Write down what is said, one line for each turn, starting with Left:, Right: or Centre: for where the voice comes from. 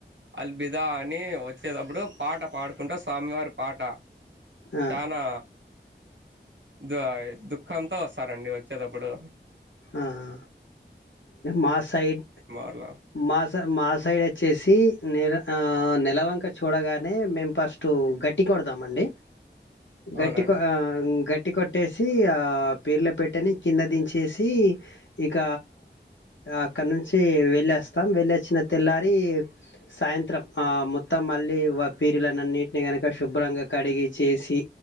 Right: అల్బిదా అని వచ్చేతప్పుడు పాట పాడుకుంటా స్వామివారి పాట
Left: ఆ
Right: చానా ద దుఃఖంతో వస్తారండి వచ్చేతప్పుడు
Left: ఆ ఆ. మా సైడ్
Right: ఊర్లో
Left: మా మా సైడ్ వచ్చేసి నెల అ నేలవంక చూడగానే మేము ఫస్ట్ గట్టి కొడతమండి
Right: అవునండి
Left: గట్టిక గట్ ట్టి కొట్టేసి పీర్ల పెట్టని కింద దించేసి ఇక అక్కడ నుంచి వెళ్ళేస్తాం వెళ్ళచ్చిన తెల్లారి సాయంత్రం ఆ మొత్తం మళ్ళీ పీరిలలనన్నింటిని కనుక శుభ్రంగా కడిగి చేసి